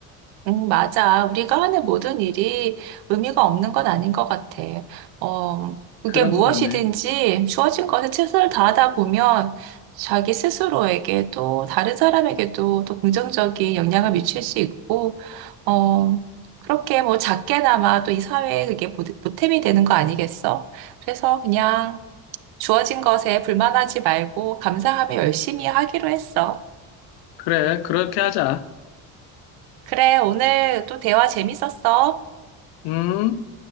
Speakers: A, on the right; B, on the left.
A: 음, 맞아. 우리가 하는 모든 일이 의미가 없는 건 아닌 것 같아. 어, 그게
B: 그런
A: 무엇이든지
B: 것 같네.
A: 주어진 것에 최선을 다하다 보면 자기 스스로에게 또 다른 사람에게도 또 긍정적인 영향을 미칠 수 있고, 어, 그렇게 뭐 작게나마 또 이 사회에 그게 보- 보탬이 되는 거 아니겠어? 그래서 그냥 주어진 것에 불만하지 말고 감사하며 열심히 하기로 했어.
B: 그래, 그렇게 하자.
A: 그래, 오늘 또 대화 재밌었어.
B: 음.